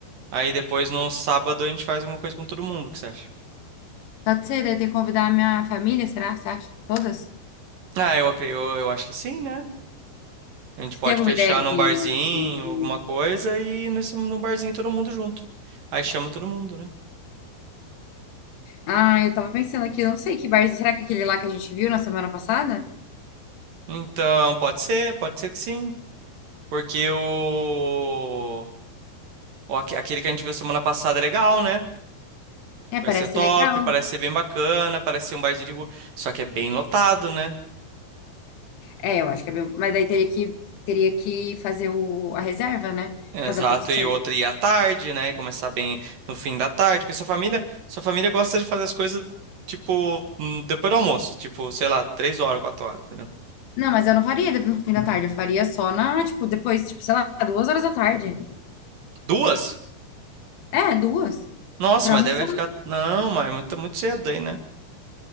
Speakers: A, on the right; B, on the left.
A: Aí depois no sábado a gente faz alguma coisa com todo mundo, o que você acha?
B: Pode ser, daí ter que convidar a minha família, será? Você acha? Todas?
A: Ah, eu, acre- eu, eu acho que sim, né? A gente
B: Você
A: pode
B: tem alguma
A: fechar
B: ideia de...
A: num barzinho,
B: de-
A: alguma coisa, e nesse, no barzinho todo mundo junto. Aí chama todo mundo, né?
B: Ah, eu tava pensando aqui, eu não sei que bar, será que é aquele lá que a gente viu na semana passada?
A: Então, pode ser, pode ser que sim. Porque o. Ó, aque- aquele que a gente viu semana passada é legal, né?
B: É,
A: Vai
B: parece
A: ser top,
B: ser legal.
A: parece ser bem bacana, parece ser um barzinho de rua. Só que é bem lotado, né?
B: É, eu acho que é bem... Mas daí teria que, teria que fazer o... a reserva, né?
A: Exato,
B: Pra dar tudo certo.
A: e outra ir à tarde, né? E começar bem no fim da tarde, porque sua família, sua família gosta de fazer as coisas, tipo, hum, depois do almoço, tipo, sei lá, três horas, quatro horas, entendeu?
B: Não, mas eu não faria depois do fim da tarde. Eu faria só na, tipo, depois, tipo, sei lá, duas horas da tarde.
A: Duas?
B: É, duas.
A: Nossa,
B: Pra
A: mas
B: almoçar.
A: deve ficar. Não, mas é muito, muito cedo aí, né?